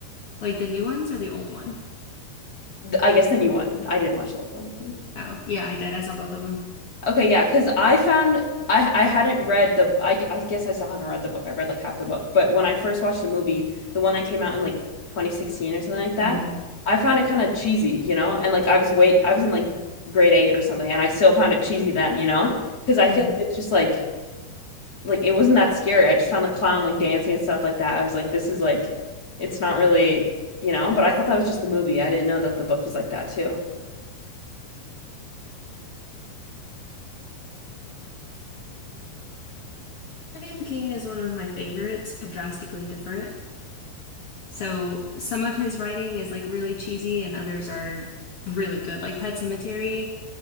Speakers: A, on the left; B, on the left.
A: Like the new ones or the old one?
B: The- I guess the new one. I didn't watch the old one. Yeah.
A: Oh, yeah, I did. I saw both of them.
B: Okay, yeah, because I found I I hadn't read the I I guess I still haven't read the book. I read like half the book, but when I first watched the movie, the one that came out in like 2016 or something like that,
A: hmm
B: I found it kind of cheesy, you know? And like I was wait I was in like grade eight or something, and I still found it cheesy then, you know? Because I
A: hmm
B: feel like it's just like like it wasn't that scary. I just found the clown like dancing and stuff like that. I was like, this is like it's not really, you know? But I thought that was just the movie. I didn't know that the book was like that too.
A: Stephen King is one of my favorites, but drastically different. So some of his writing is like really cheesy and others are really good. Like Pet Cemetery,